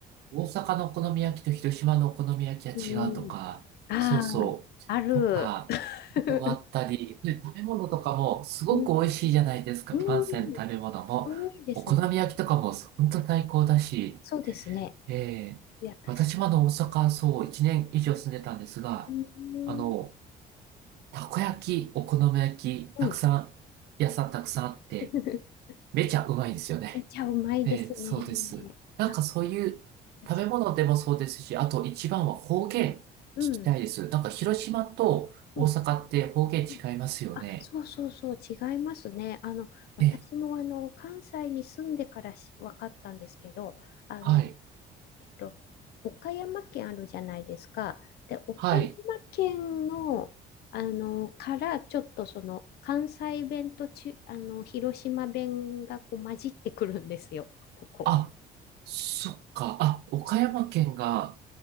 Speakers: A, on the right; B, on the left.
A: う、大阪のお好み焼きと広島のお好み焼きは違うとか、
B: うん。ああ、
A: そうそう、
B: ある。
A: とか、
B: <laughs>
A: のがあったり、で、食べ物とかもすごく美味しいじゃないですか、
B: うん。うん。
A: 関西の食べ物も。
B: 多いですね。
A: お好み焼きとかも本当最高だし、
B: そうですね。
A: ええ私まだ大阪、
B: いや、確か
A: そう、1年以上住んでたんですが、
B: に。うん。
A: あの、たこ焼き、お好み焼き、
B: うん。
A: たくさん、屋さんたくさんあって、
B: <laughs>
A: めちゃうまいですよね。
B: めっちゃうまいですね。
A: ええそうです。なんかそういう食べ物でもそうですし、
B: あ、確か
A: あと一番は方言聞
B: に。うん。
A: きたいです。なんか広島と大阪って方言違いますよね。
B: うん。うんあ、そうそうそう、違いますね。あの、私もあの、
A: ええ
B: 関西に住んでからし分かったんですけど、あの、
A: はい。
B: えっと、岡山県あるじゃないですか。で、岡山県の、
A: はい。
B: あの、からちょっとその、関西弁とち、あの、広島弁がこう混じってくるんですよ、ここ。
A: あ、そっか。あ、岡山県が、